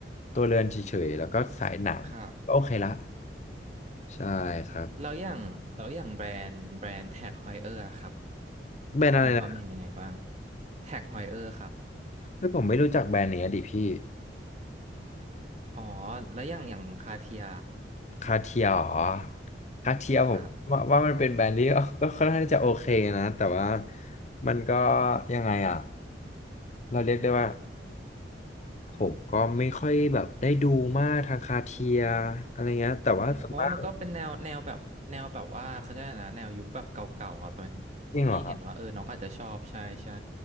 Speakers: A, on the left; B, on the right.
A: ตัวเรือนเฉยๆแล้วก็สายหนังก็โอเคละ
B: ครับ
A: ใช่ครับ
B: แล้วอย่างแล้วอย่างแบรนด์แบรนด์แท็กฮอยเออร์ครับ
A: แบรนด์อะไรนะครับ
B: มีความเห็นยังไงบ้างแท็กฮอยเออร์ครับ
A: ไม่ผมไม่รู้จักแบรนด์เนี้ยดิพี่
B: อ๋อแล้วอย่างอย่างคาเทีย
A: คาเทียเหรอคาเทียผมว่าว่ามันเป็นแบรนด์ที่
B: ครับ
A: <laughs> ก็ค่อนข้างที่จะโอเคนะแต่ว่ามันก็ยังไงอ่ะเราเรียกได้ว่าผมก็ไม่ค่อยแบบได้ดูมากทางคาเทียอะไรเงี้ยแต่ว่าส่วนมาก
B: อืมเพราะว่ามันก็เป็นแนวแนวแบบแนวแบบว่าเขาเรียกอะไรนะแนวยุคแบบเก่าๆอ่ะเป็นให้พี่เห็นว่าเออน้องอาจจะชอบใช่ใช่
A: จริงเหรอคร